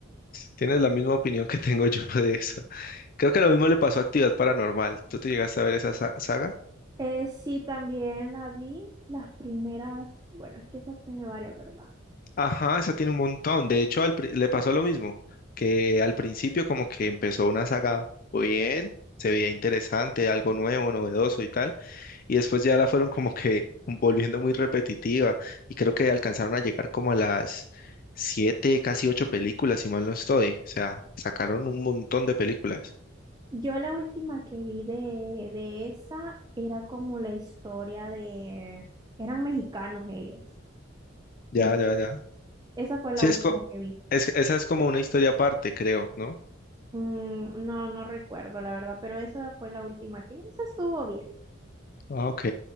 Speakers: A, on the left (about 40°); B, on the right (about 20°).
A: Tienes la misma opinión que tengo <laughs> yo de esa. Creo que lo mismo le pasó a Actividad Paranormal. ¿Tú te llegaste a ver esa sa- saga?
B: Eh, sí, también la vi las primeras, bueno, es que esas tiene varias, ¿verdad?
A: Ajá, esa tiene un montón. De hecho, al pri- le pasó lo mismo, que al principio como que empezó una saga muy bien, se veía interesante, algo nuevo, novedoso y tal, y después ya la fueron como que <laughs> volviendo muy repetitiva y creo que alcanzaron a llegar como a las siete, casi ocho películas, si mal no estoy. O sea, sacaron un montón de películas.
B: Yo la última que vi de, de esa era como la historia de, eran mexicanos ellos,
A: Ya,
B: ¿no?
A: ya, ya.
B: Esa fue la
A: Sí,
B: última
A: es, co-
B: que vi.
A: es- esa es como una historia aparte, creo, ¿no?
B: Mm, no, no recuerdo la verdad, pero esa fue la última que vi. Esa estuvo bien.
A: Ah, ok.